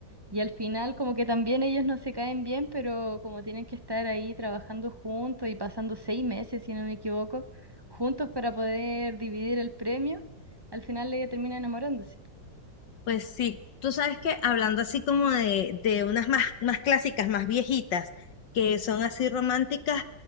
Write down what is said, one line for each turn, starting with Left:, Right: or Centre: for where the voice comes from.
Right: y al final como que también ellos no se caen bien, pero como tienen que estar ahí trabajando juntos y pasando seis meses, si no me equivoco, juntos para poder dividir el premio, al final ella termina enamorándose
Left: Pues sí, tú sabes que hablando así como de, de unas más, más clásicas, más viejitas, que son así románticas,